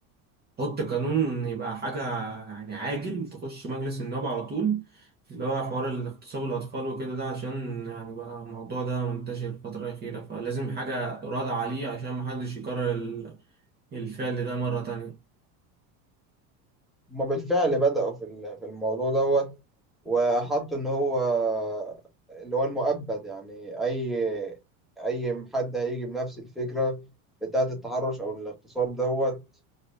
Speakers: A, on the right (about 20°); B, in the centre.
A: حط قانون يبقى حاجة يعني عاجل تخش مجلس النواب على طول اللي هو حوار الاغتصاب الأطفال وكده ده عشان يعني بقى الموضوع ده منتشر الفترة الأخيرة فلازم حاجة رادعة عليه عشان محدش يكرر ال- الفعل ده مرة تانية
B: هما بالفعل بدأوا في ال- في الموضوع دوت وحطوا إن هو اللي هو المؤبد يعني أي أي حد هيجي بنفس الفكرة بتاعة التحرش أو الاغتصاب دوت